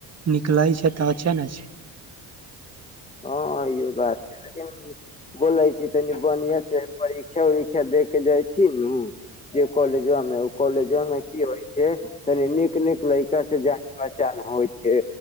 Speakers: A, on the right; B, on the left.
A: निकलै छै तऽ अच्छे ना छै।
B: हँ इहो बात छै, लेकिन बोलै छी तनि बनीयोंसे परीक्षा उरीक्षा दे के जायथिन नु जे कॉलेजवा मे, ओ कॉलेजवा में की हो छै कनी नीक-नीक लैका से जा पहचान होइ छै,